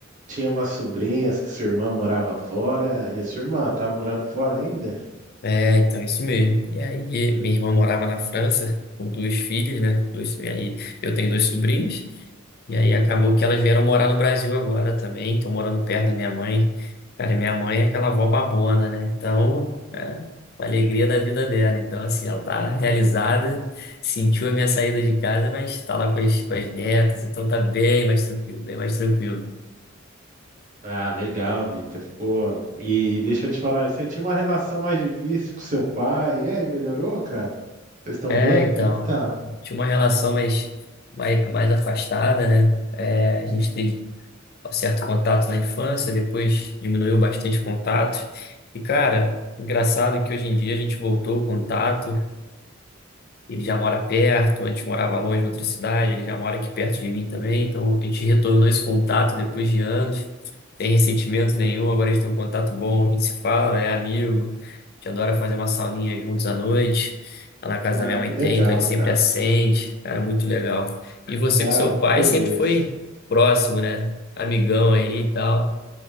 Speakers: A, on the right (about 40°); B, on the left (about 50°).
A: Tinha umas sobrinhas que sua irmã morava fora, e a sua irmã tá morando fora ainda?
B: É, então, isso mesmo. E aí, minha irmã morava na França com duas filhas, né? Dois, e aí, eu tenho dois sobrinhos. E aí, acabou que elas vieram morar no Brasil agora também. Estão morando perto da minha mãe. Cara, minha mãe é aquela avó babona, né? Então, é uma alegria da vida dela. Então, assim, ela tá realizada, sentiu a minha saída de casa, mas tá lá com as, com as netas. Então, tá bem mais tranquilo, bem mais tranquilo.
A: Ah, legal, Vitor. Pô, e deixa eu te falar, você tinha uma relação mais difícil com seu pai, e aí, melhorou, cara? Vocês estão
B: É,
A: bem?
B: então,
A: Como é que tá?
B: tinha uma relação mais, mais, mais afastada, né? É, a gente teve um certo contato na infância, depois diminuiu bastante o contato. E, cara, engraçado que hoje em dia a gente voltou o contato. Ele já mora perto, antes morava longe em outra cidade, ele já mora aqui perto de mim também, então a gente retornou esse contato depois de anos, sem ressentimento nenhum, agora a gente tem um contato bom, a gente se fala, é amigo, a gente adora fazer uma sauninha juntos à noite, lá na casa
A: Ah,
B: da minha mãe
A: que legal,
B: tem, então ele sempre
A: cara.
B: acende, cara, muito legal. E você
A: Ah,
B: com seu
A: fico
B: pai
A: feliz.
B: sempre foi próximo, né? Amigão aí e tal.